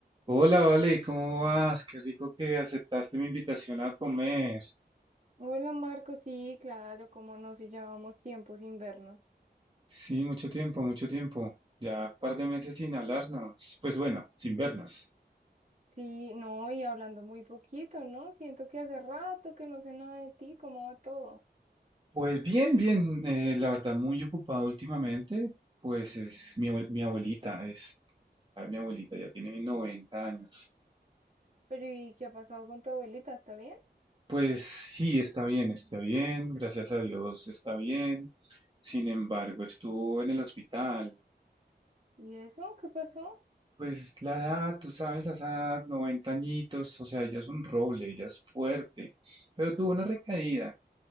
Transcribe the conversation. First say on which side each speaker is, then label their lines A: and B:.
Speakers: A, on the right; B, on the right.
A: Hola, Vale, ¿cómo vas? Qué rico que aceptaste mi invitación a comer.
B: Hola Marco, sí, claro, cómo no, si llevamos tiempo sin vernos.
A: Sí, mucho tiempo, mucho tiempo. Ya un par de meses sin hablarnos. Pues bueno, sin vernos.
B: Sí, no, y hablando muy poquito, ¿no? Siento que hace rato que no sé nada de ti, ¿cómo va todo?
A: Pues bien, bien. eh, la verdad, muy ocupado últimamente. Pues es mi, abue- mi abuelita, es ah, mi abuelita, ya tiene 90 años.
B: Pero ¿y qué ha pasado con tu abuelita? ¿Está bien?
A: Pues sí, está bien, está bien. Gracias a Dios, está bien. Sin embargo, estuvo en el hospital.
B: ¿Y eso? ¿Qué pasó?
A: Pues la edad, tú sabes, a esa edad, 90 añitos, o sea, ella es un roble, ella es fuerte, pero tuvo una recaída.